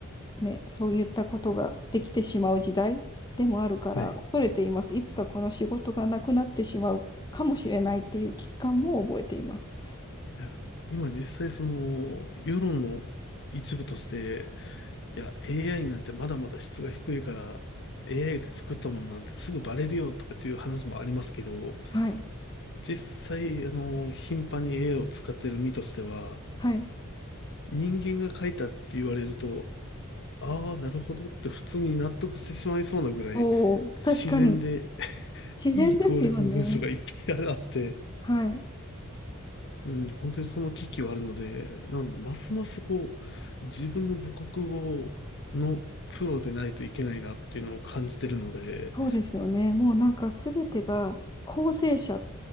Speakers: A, on the left; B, on the left.
A: ね、そういったことができてしまう時代でもあるから恐れています。
B: はい。
A: いつかこの仕事がなくなってしまうかもしれないっていう危機感も覚えています。
B: いや、今実際その世論の一部として、いや、AI なんてまだまだ質が低いから、AI で作ったものなんてすぐバレるよとかっていう話もありますけど、
A: はい。
B: 実際、あの、頻繁に AI を使ってる身としては、
A: はい。
B: 人間が書いたって言われると、ああ、なるほどって普通に納得してしまいそうなぐらい、
A: おお、確かに。
B: 自然で <laughs>
A: 自然ですよね。
B: いいクオリティの文章がいっぱいあって、
A: はい。
B: うん、本当にその危機はあるので、なんで、ますますこう、自分の母国語のプロでないといけないなっていうのを感じてるので、
A: そうですよね。もうなんか全てが構成者。